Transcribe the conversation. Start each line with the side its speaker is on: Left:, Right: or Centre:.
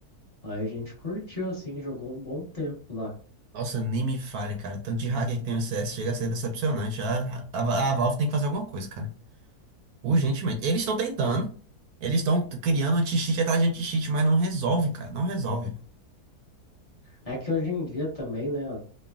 Left: Aí a gente curtiu assim, jogou um bom tempo lá.
Right: Nossa, nem me fale, cara. Tanto de hacker que tem no CS chega a ser decepcionante. A, a, a Valve tem que fazer alguma coisa, cara. Urgentemente. Eles estão tentando. Eles estão criando anti-cheat atrás de anti-cheat, mas não resolve, cara. Não resolve.
Left: É, é que hoje em dia também, né,